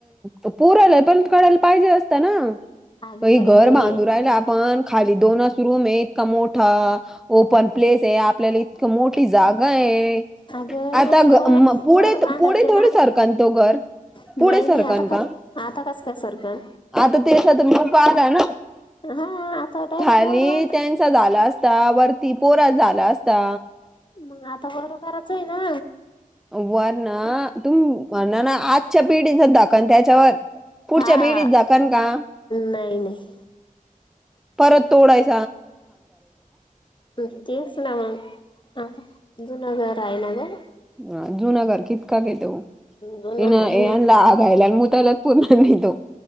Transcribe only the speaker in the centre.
अ पुूराला पण कढायला पाहिजे असतं ना
काही
घर
बांधून
राहिलं आपण खाली दोनच रूम आहे इतका मोठा ओपन प्लेस आहे आपल्याला इतक मोठी जागा आहे
आता
पुढ
पुढे थोड सरकन ना तो घर
पुढे सरकन
का
आता त्यास मक आला ना
खाली
त्यांचा झाला अस वरती पोरा झाला असता
वर ना तुम म्हणणा ना आजच्या पिढीचाधकन त्याच्यावर पुढच्या
भेडीत द कणका
परत तोडायच
ह जुूनगर किती का घेतो
ये
ना हागायला अन मुतायला पूर्णर नाही तो.